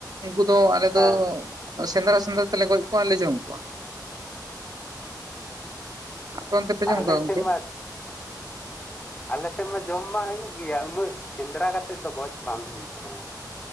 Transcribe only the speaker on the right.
ᱩᱱᱠᱩ ᱫᱚ ᱟᱞᱮ
ᱫᱚ ᱥᱮᱸᱫᱽᱨᱟ ᱥᱮᱸᱫᱽᱨᱟ ᱛᱮᱞᱮ ᱜᱚᱡ ᱠᱚᱣᱟ ᱟᱨ ᱞᱮ ᱡᱚᱢ ᱠᱚᱣᱟ᱾ ᱟᱯᱮ ᱚᱱᱛᱮ ᱯᱮ ᱡᱚᱢ
ᱠᱚᱣᱟ ᱜᱚᱝᱠᱮ